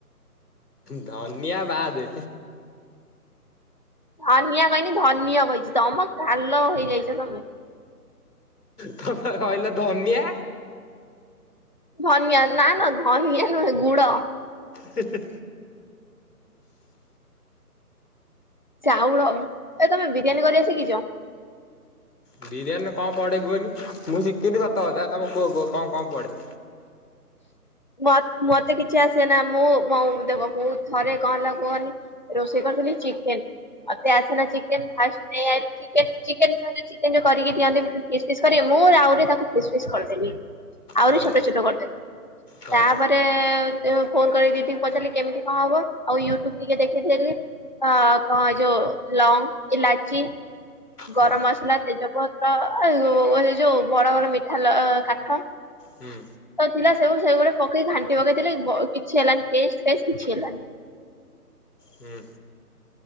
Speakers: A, on the left; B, on the left.
A: ଧନିଆବାଦେ
B: ଧନିଆ କହିନି ଧନ୍ଯ କହିଛି ତମ କାଲ ହେଇଯାଇଛ ତମେ।
A: ତମେ କହିଲ ଧନିଆ।
B: ଧନିଆ ନା ନା ଧନିଆ ନୁହେ ଗୁଡ଼।
A: ହେ ହେ,
B: ଚାଉଳ ଏ ତମେ ବିରିୟାନୀ କରିବା ଶିଖିଛ?
A: ବିରିୟାନୀ? କଣ ପଡେଇ କୁହନି ମୁଁ ଶି ତିନି ସାତ ହଜାର ତମେ କୁହ କୁହ କଣ କଣ ପଡେ?
B: ମ ମତେ କିଛି ଆସେନା ମୁଁ ମ ଦେଖ ଥରେ କଣ ହେଲା କୁହନି ରୋଷେଇ କରିଥିଲି ଚିକେନ ମତେ ଆସେନା ଚିକେନ ଫାଷ୍ଟ ନେଇ ଚେନ ଯଉ ଚିକେନ ଯୋଉ କରିକି ଦିଅନ୍ତି ଫିସ୍ ଫିସ୍ କରିବି ମୁଁ ଆହୁରେ ତାକୁ ଫିସ୍ ଫିସ୍ କରିଦେବି। ଆହୁରି
A: ହଁ।
B: ଛୋଟ ଛୋଟ କରିଦେବି
A: ହଁ
B: ତାପରେ ଫୋନ କରିକି ଦିଦିଙ୍କୁ ପଚାରିଲି କେମିତି କଣ ହବ ଆଉ ୟୁଟ୍ୟୁବ ଟିକେ ଦେଖିଥିଲି କଣ ଏ ଯୋଉ ଲଙ୍ଗ ଇଲାଚି
A: ହୁଁ
B: ଗରମ ମସଲା ତେଜପତ୍ର ଯୋଉ ବଡ ବଡ ମିଠା କାଠ
A: ହୁଁ
B: ଥିଲା ସେବୁ ସେଗୁଟେ ପକେଇି ଘାଣ୍ଟି ପକେଇଥିଲି କିଛି ହେଲାନି ଟେ ଫେଷ୍ଟ କିଛି ହେଲାନି।
A: ହୁଁ।